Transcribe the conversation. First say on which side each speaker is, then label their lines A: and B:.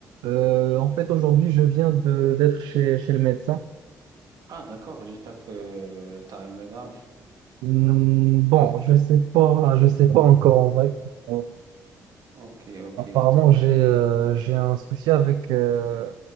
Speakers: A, on the right (about 80°); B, on the right (about 60°).
A: Euh, en fait, aujourd'hui, je viens de d'être chez, chez le médecin.
B: Ah, d'accord, j'espère que t'as rien de grave.
A: Hmm, bon, je sais pas, je sais pas encore en vrai. Euh,
B: Ok, ok,
A: apparemment,
B: t'as
A: j'ai euh, j'ai un souci avec euh,